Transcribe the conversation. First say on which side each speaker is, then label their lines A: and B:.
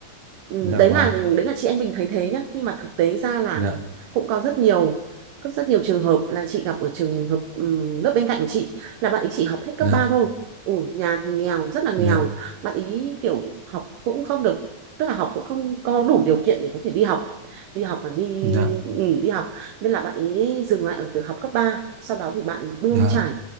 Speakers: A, on the right; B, on the right.
A: Ừm,
B: dạ
A: đấy
B: vâng
A: là đấy là chị em mình thấy thế nhá, nhưng mà thực tế ra là
B: dạ
A: cũng có rất nhiều có rất nhiều trường hợp là chị gặp ở trường hợp ừm, lớp bên cạnh của chị là bạn ấy chỉ học hết cấp
B: dạ
A: 3 thôi ừ, nhà thì nghèo rất là nghèo
B: dạ
A: bạn ý kiểu học cũng không được tức là học cũng không có đủ điều kiện để có thể đi học đi học và đi
B: dạ
A: ừ, đi học nên là bạn ý dừng lại ở việc học cấp 3. sau đó thì bạn bươn
B: dạ
A: trải,